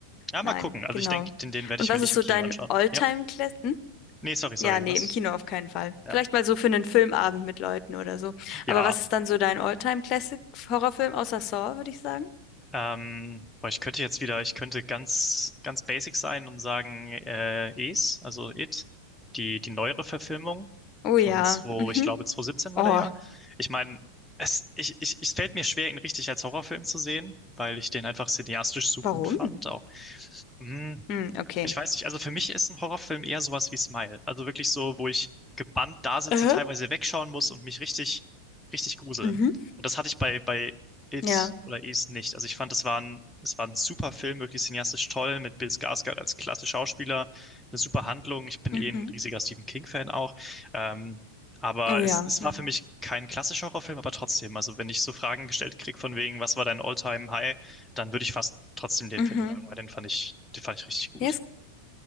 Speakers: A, in the centre; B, on the left.
A: Ja,
B: Nein,
A: mal gucken. Also,
B: genau.
A: ich denke, den, den werde
B: Und
A: ich
B: was
A: mir nicht
B: ist
A: im
B: so
A: Kino
B: dein
A: anschauen.
B: All-Time-Classic?
A: Ja.
B: Hm?
A: Nee, sorry, sorry.
B: Ja, nee,
A: Was?
B: im Kino auf keinen Fall.
A: Ja.
B: Vielleicht mal so für einen Filmabend mit Leuten oder so.
A: Ja,
B: Aber was ist dann so dein All-Time-Classic-Horrorfilm außer Saw, würde ich sagen?
A: Ähm, boah, ich könnte jetzt wieder, ich könnte ganz, ganz basic sein und sagen, äh, Es, also It, die, die neuere Verfilmung
B: Oh
A: von
B: ja.
A: 2,
B: Mhm.
A: ich glaube 2017 war
B: Oh,
A: der ja. Ich meine, es, ich, ich, es fällt mir schwer, ihn richtig als Horrorfilm zu sehen, weil ich den einfach cineastisch so
B: warum?
A: gut fand. Auch. Hm,
B: Hm, okay.
A: ich weiß nicht, also für mich ist ein Horrorfilm eher sowas wie Smile. Also wirklich so, wo ich gebannt da sitze,
B: Äh?
A: teilweise wegschauen muss und mich richtig, richtig grusel.
B: Mhm.
A: Und das hatte ich bei, bei It
B: Ja.
A: oder Is nicht. Also ich fand, es war ein, es war ein super Film, wirklich cineastisch toll, mit Bill Skarsgård als klasse Schauspieler, eine super Handlung. Ich bin
B: Mhm.
A: eh ein riesiger Stephen King-Fan auch. Ähm, aber
B: Oh ja.
A: es, es
B: Mhm.
A: war für mich kein klassischer Horrorfilm, aber trotzdem. Also wenn ich so Fragen gestellt krieg von wegen, was war dein All-Time-High, dann würde ich fast trotzdem den
B: Mhm.
A: Film sagen, weil den fand ich, den fand ich richtig gut.
B: Yes,